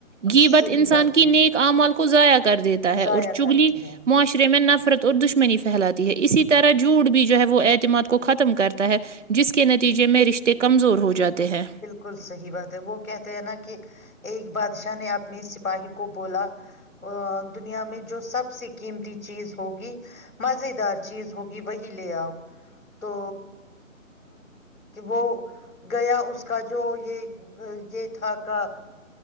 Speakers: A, on the right; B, on the left.
A: گی
B: صحیح
A: بت انسان
B: بات
A: کی
B: ہے
A: نیک اعمال کو ضائع کر دیتا ہے
B: ضائع
A: اور چگلی
B: کرتی ہے
A: معاشرے میں نفرت اور دشمنی پھیلاتی ہے اسی طرح جوٹ بھی جو ہے وہ ای مات کو ختم کرتا ہے جس کے نتیجے میں رشتے کمزور ہو ج جاتے ہیں
B: بالکل صحیح بات ہے وہ کہتے ہیں نا کہ ایک بادشاہ نے اپنی سپاہی کو بولا دنیا میں جو سب سے قیمتی چیز ہوگی مز دار چیز ہوگی وہی لے آؤ تو وہ گیا اس کا جو یہ یہ تھا کا